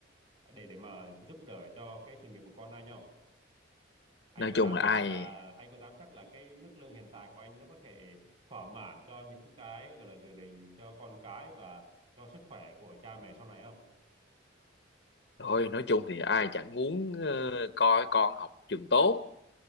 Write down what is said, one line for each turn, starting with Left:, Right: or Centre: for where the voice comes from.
Right: ờ, để để mà giúp đỡ cho cái sự nghiệp của con anh không? Anh
Left: nói
Right: có
Left: chung
Right: dám
Left: là
Right: chắc
Left: ai
Right: là anh có dám chắc là cái mức lương hiện tại của anh nó có thể thỏa mãn cho những cái gọi là dự định cho con cái và cho sức khỏe của cha mẹ sau này không?
Left: thôi nói chung thì ai chẳng muốn ờ, coi con học trường tốt